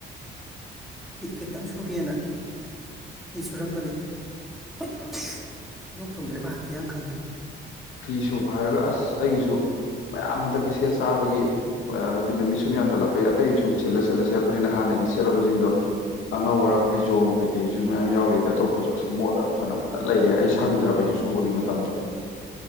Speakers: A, in the centre; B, on the left (about 85°).
A: ꯈꯤꯇꯪ ꯁꯨꯒꯦꯅ ꯐꯤ ꯁꯨꯔꯝꯕꯅꯤ ꯑꯁ ꯂꯣꯛ ꯊꯨꯡꯗ꯭ꯔꯦꯕ ꯍꯥꯊꯤ ꯌꯥꯝ ꯈꯜꯂꯦ
B: ꯐꯤ ꯁꯨꯕ ꯍꯥꯏꯔꯒ ꯑꯁ ꯑꯩꯒꯤꯁꯨ ꯃꯌꯥꯝ ꯍꯟꯗꯛꯀꯤ ꯦꯠ ꯆꯥꯕꯒꯤ ꯍꯥꯏꯕꯗꯤ ꯅꯨꯃꯤꯠ ꯁꯨꯝ ꯌꯥꯝ ꯆꯜꯂꯛꯄ ꯑꯇꯩ ꯁꯨꯝ ꯁꯤꯜꯂ ꯁꯤꯜꯂꯦꯞꯄꯅꯤꯅ ꯍꯥꯟꯅꯒꯤ ꯈꯦꯠꯂꯕꯁꯤꯡꯗꯣ ꯑꯉꯧ ꯑꯔꯥꯛ ꯐꯩꯖꯣꯝ ꯀꯩꯀꯩꯁꯨ ꯃꯌꯥꯝ ꯌꯥꯎꯔꯤꯗꯤ ꯑꯇꯣꯞꯄꯁꯨ ꯑꯁ ꯃꯣꯠꯂꯒ ꯐꯅ ꯐꯖꯅ ꯂꯩꯔꯦ ꯑꯩ ꯁꯪꯗ꯭ꯔꯕ ꯑꯩꯁꯨ ꯁꯨꯕꯒꯤ ꯃꯇꯝꯗꯣ